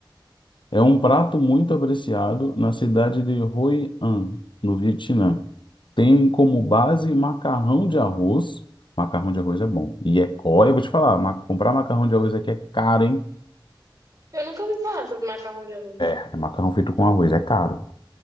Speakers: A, on the left; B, on the right.
A: É um prato muito apreciado na cidade de Hoi An, no Vietnã. Tem como base macarrão de arroz. Macarrão de arroz é bom. E é, ó, eu vou te falar, ma- comprar macarrão de arroz aqui é caro, hein?
B: Eu nunca ouvi falar sobre macarrão de arroz.
A: É, é macarrão feito com arroz, é caro